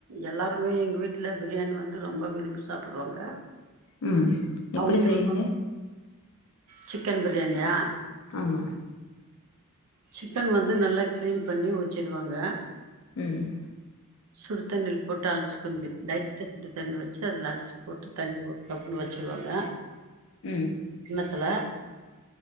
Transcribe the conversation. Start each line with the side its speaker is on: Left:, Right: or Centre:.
Right: எல்லாருமே எங்க வீட்ல பிரியாணி வந்து ரொம்ப விரும்பி சாப்டுவாங்க
Left: ம்
Right: அவங்களுக்கெல்லா
Left: எப்படி செய்வீங்க
Right: சிக்கன் பிரியாணியா
Left: ஆமா
Right: சிக்கன் வந்து நல்லா கிளீன் பண்ணி வச்சிடுவாங்க
Left: ம்
Right: சுடு தண்ணியில போட்டு அலசி கொஞ்ச லைட்டா சுடு தண்ணி வச் சு அதுல அலசி போட்டு தண்ணி ஒரு கப்புல வச்சுருவாங்க
Left: ம்,
Right: கிண்ணத்துல